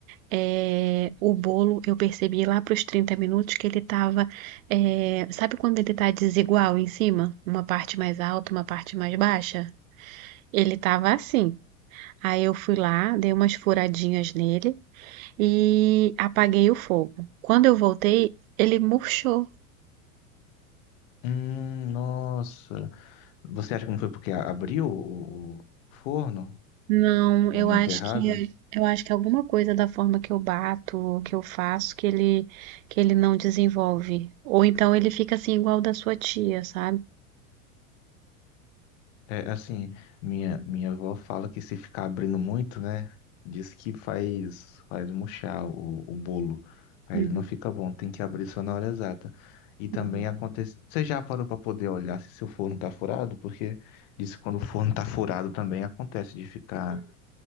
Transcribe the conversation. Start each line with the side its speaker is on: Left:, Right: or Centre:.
Right: é, o bolo, eu percebi lá para os 30 minutos que ele estava. sabe quando ele tá desigual em cima? Uma parte mais alta, uma parte mais baixa? Ele tava assim. Aí eu fui lá, dei umas furadinhas nele e apaguei o fogo. Quando eu voltei, ele murchou.
Left: Hum, nossa. Você acha que não foi porque a- abriu o, o forno
Right: Não,
Left: no momento
Right: eu acho
Left: errado?
Right: que. Eu acho que alguma coisa da forma que eu bato, que eu faço, que ele, que ele não desenvolve. Ou então ele fica assim igual o da sua tia, sabe?
Left: É, assim, minha, minha avó fala que se ficar abrindo muito, né, diz que faz, faz murchar o, o bolo. Aí
Right: Uhum,
Left: ele não fica bom, tem que abrir só na hora exata. E também
Right: uhum.
Left: acontece. Você já parou para poder olhar se seu forno tá furado? Porque diz que quando o forno tá furado também acontece de ficar,